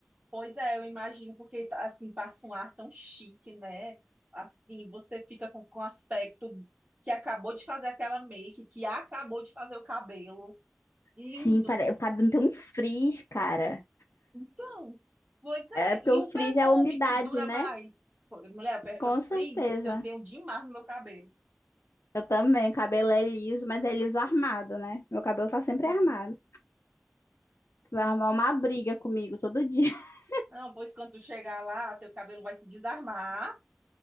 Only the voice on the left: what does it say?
Sim, pare- o cabelo tem um frizz, cara.
É porque
o
frizz
é a umidade,
né?
Com
certeza.
Eu também, o cabelo é liso, mas é liso armado, né? Meu cabelo tá
sempre armado. Vai arrumar uma briga comigo todo dia. <laughs>